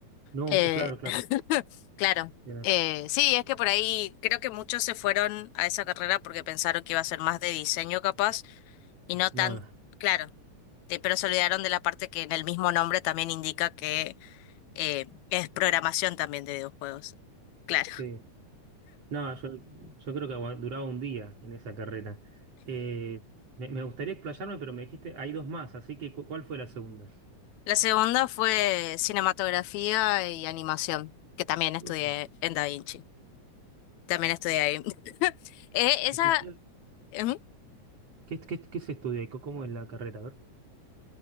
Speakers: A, on the right; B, on the left.
A: No,
B: Eh,
A: eh, claro, claro.
B: claro.
A: Bien.
B: Eh, sí, es que por ahí creo que muchos se fueron a esa carrera porque pensaron que iba a ser más de diseño capaz y no
A: No,
B: tan,
A: no.
B: claro, eh, pero se olvidaron de la parte que en el mismo nombre también indica que eh, es programación también de videojuegos. Claro.
A: Sí. No, yo, yo creo que agua- duraba un día en esa carrera. Eh, me, me gustaría explayarme, pero me dijiste, hay dos más, así que cu- ¿cuál fue la segunda?
B: La segunda fue cinematografía y animación, que también estudié
A: Ufa.
B: en Da Vinci. También estudié ahí. <laughs> Eh, esa
A: ¿Y qué,
B: ujú.
A: qué, qué- qué- qué se estudia y co- cómo es la carrera? A ver.